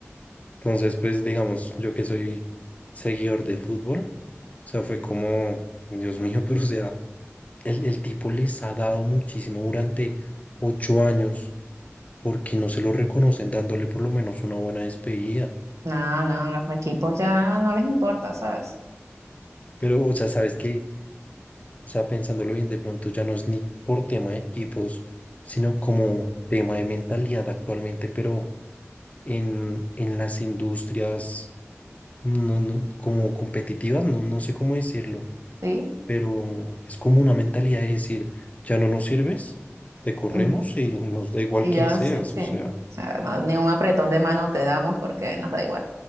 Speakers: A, on the left; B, on the right.
A: Entonces, pues digamos, yo que soy seguidor de fútbol, o sea, fue como, Dios mío, <laughs> pero o sea, el, el tipo les ha dado muchísimo durante ocho años, porque no se lo reconocen dándole por lo menos una buena despedida.
B: No, no, los equipos ya no les importa, ¿sabes?
A: Pero, o sea, sabes que, o sea, pensándolo bien, de pronto ya no es ni por tema de equipos, sino como tema de mentalidad actualmente, pero en, en las industrias no, no, como competitivas, no, no sé cómo decirlo,
B: Sí.
A: pero es como una mentalidad de decir, ya no nos sirves, te corremos
B: mm,
A: y nos da igual
B: Y
A: quién
B: ya,
A: seas,
B: sí, sí.
A: o sea,
B: O sea, no, ni un apretón de mano te damos porque nos da igual.